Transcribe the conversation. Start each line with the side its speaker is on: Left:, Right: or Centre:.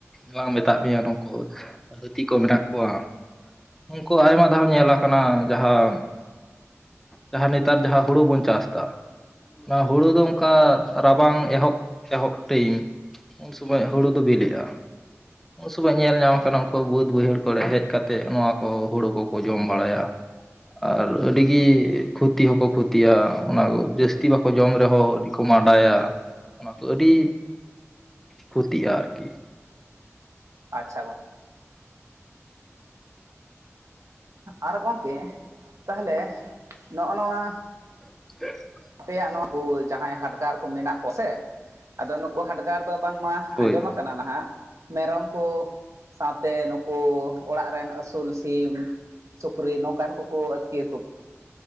Centre: ᱵᱟᱝ ᱢᱮᱛᱟᱫ ᱢᱮᱭᱟ ᱱᱩᱠᱩ ᱦᱟᱹᱛᱤ ᱠᱚ ᱢᱮᱱᱟᱜ ᱠᱚᱣᱟ ᱩᱱᱠᱩ ᱟᱭᱢᱟ ᱫᱷᱟᱣ ᱧᱮᱞ ᱟᱠᱟᱱᱟ ᱡᱟᱦᱟᱸ ᱡᱟᱦᱟᱸ ᱱᱮᱛᱟᱨ ᱡᱟᱦᱟᱸ ᱦᱩᱲᱩ ᱵᱚᱱ ᱪᱟᱥ ᱮᱫᱟ ᱚᱱᱟ ᱦᱩᱲᱩ ᱫᱚ ᱚᱱᱠᱟ ᱨᱟᱵᱟᱝ ᱮᱦᱚᱵ ᱮᱦᱚᱵ ᱴᱟᱭᱤᱢ ᱩᱱ ᱥᱚᱢᱚᱭ ᱦᱩᱲᱩ ᱫᱚ ᱵᱤᱞᱤᱜᱼᱟ᱾ ᱩᱱ ᱥᱚᱢᱚᱭ ᱧᱮᱞ ᱧᱟᱢ ᱟᱠᱟᱱᱟ ᱩᱱᱠᱩ ᱵᱟᱹᱫᱽ ᱵᱟᱹᱭᱦᱟᱹᱲ ᱠᱚᱨᱮ ᱦᱮᱡ ᱠᱟᱛᱮᱫ ᱱᱚᱣᱟ ᱠᱚ ᱦᱩᱲᱩ ᱠᱚᱠᱚ ᱡᱚᱢ ᱵᱟᱲᱟᱭᱟ᱾ ᱟᱨ ᱟᱹᱰᱤᱜᱮ ᱠᱷᱚᱛᱤ ᱦᱚᱸᱠᱚ ᱠᱷᱚᱛᱤᱭᱟ ᱚᱱᱟ ᱠᱚ ᱡᱟᱹᱥᱛᱤ ᱵᱟᱠᱚ ᱡᱚᱢ ᱨᱮᱦᱚᱸ ᱟᱹᱰᱤ ᱠᱚ ᱢᱟ ᱭᱟ ᱚᱱᱟ ᱠᱚ ᱟᱹᱰᱤ ᱠᱷᱚᱛᱤᱜᱼᱟ ᱟᱨᱠᱤ
Right: ᱟᱪᱪᱷᱟ ᱜᱚ ᱟᱨ ᱜᱚᱝᱠᱮ ᱛᱟᱦᱚᱞᱮ ᱱᱚᱜᱼᱚ ᱱᱚᱣᱟ
Centre: ᱦ <unintelligible>
Right: ᱟᱯᱮᱭᱟᱜ ᱱᱩᱠᱩ ᱡᱟᱦᱟᱸᱭ ᱦᱟᱰᱜᱟᱨ ᱠᱚ ᱢᱮᱱᱟᱜ ᱠᱚ ᱥᱮ ᱟᱫᱚ ᱱᱩᱠᱩ ᱦᱟᱰᱜᱟᱨ ᱫᱚ ᱵᱟᱝᱢᱟ
Centre: ᱦᱳᱭ
Right: ᱟᱸᱡᱚᱢ ᱠᱟᱱᱟ ᱱᱟᱦᱟᱜ ᱢᱮᱨᱚᱢ ᱠᱚ ᱥᱟᱶᱛᱮ ᱱᱩᱠᱩ ᱚᱲᱟᱜ ᱨᱮᱱ ᱟᱹᱥᱩᱞ ᱥᱤᱢ ᱾ ᱥᱩᱠᱨᱤ ᱱᱚᱝᱠᱟᱱ ᱠᱚᱠᱚ ᱟᱹᱛᱠᱤᱨ ᱠᱚ ᱾